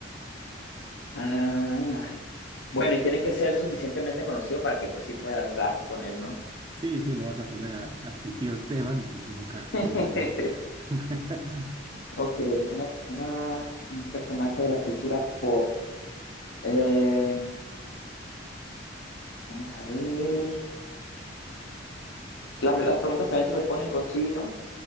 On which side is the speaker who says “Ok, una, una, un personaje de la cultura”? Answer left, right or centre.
Left